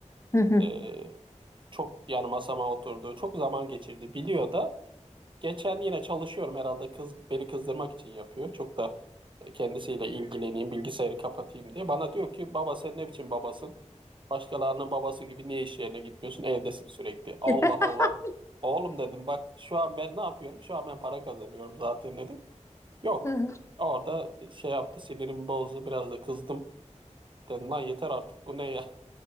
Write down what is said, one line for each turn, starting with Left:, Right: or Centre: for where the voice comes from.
Left: Hı hı.
Right: Ee, çok yani masama oturdu. Çok zaman geçirdi. Biliyor da Geçen yine çalışıyorum herhalde kız beni kızdırmak için yapıyor. Çok da e, kendisiyle ilgileneyim, bilgisayarı kapatayım diye. Bana diyor ki baba sen ne biçim babasın? Başkalarının babası gibi niye iş yerine gitmiyorsun? Evdesin sürekli. Allah
Left: <laughs>
Right: Allah. Oğlum dedim bak şu an ben ne yapıyorum? Şu an ben para kazanıyorum zaten dedim. Yok.
Left: Hı hı.
Right: Orada şey yaptı sinirimi bozdu biraz da kızdım. Dedim lan yeter artık bu ne ya?